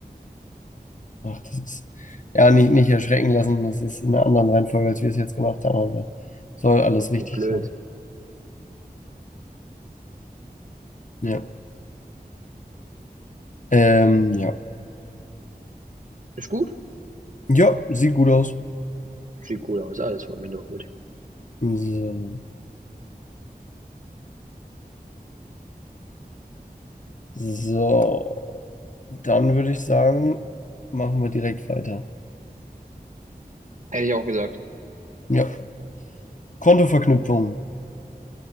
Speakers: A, on the left (about 50°); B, on the right (about 50°).
A: Ach, das ist, ja, nicht, nicht erschrecken lassen, das ist in einer anderen Reihenfolge, als wir es jetzt gemacht haben, aber soll alles
B: Ach, das
A: richtig
B: ist blöd.
A: sein. Ja. Ähm, ja.
B: Ist gut?
A: Ja, sieht gut aus.
B: Sieht cool aus, alles von mir doch gut.
A: So. So, dann würde ich sagen, machen wir direkt weiter.
B: Hätte ich auch gesagt.
A: Ja, Kontoverknüpfung.